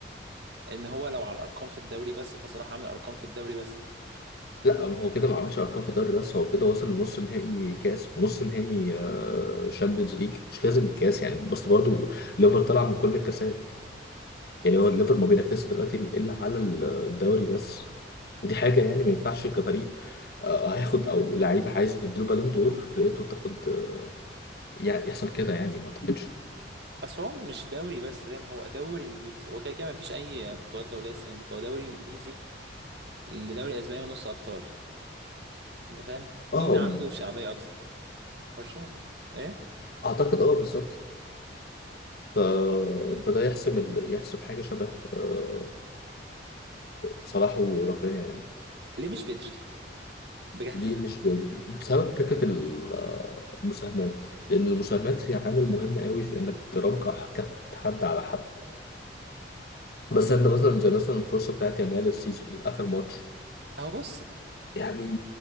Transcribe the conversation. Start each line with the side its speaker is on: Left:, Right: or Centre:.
Right: ان هو لو على الارقام في الدوري بس فصلاح عامل ارقام في الدوري بس
Left: لا هو كده ما عملش ارقام في الدوري بس هو كده وصل لنص نهائي كاس ونص نهائي شامبيونز ليج مش لازم الكاس يعني بس برضو ليفر طلع من كل الكاسات يعني هو الليفر ما بينافسش دلوقتي الا على الدوري بس ودي حاجه يعني ما ينفعش كفريق آه، هياخد او لعيبه عايزه تديله بالون دور فرقته تاخد آه، يعني يحصل كده يعني ما اعتقدش
Right: اصل هو مش دوري بس فاهم هو دوري انجليزي هو كده كده مفيش اي بطولات دوليه السنه دي فهو دوري انجليزي لدوري اسباني ونص ابطال انت فاهم
Left: اه
Right: مين عنده شعبيه اكتر برشلونه ايه
Left: اعتقد اه بالظبط ف...
Right: مم.
Left: فده يحسم ال... يحسم حاجه شبه آه، صلاح ورافينيا يعني.
Right: ليه مش بدري بجد
Left: ليه مش جذري؟ بسبب فكرة ال- المساهمات لأن المساهمات هي عامل مهم قوي في إنك ترجح كفة حد على حد بس أنت مثلا زي مثلا الفرصة بتاعت يامال السيزون آخر ماتش
Right: اهو بص
Left: يعني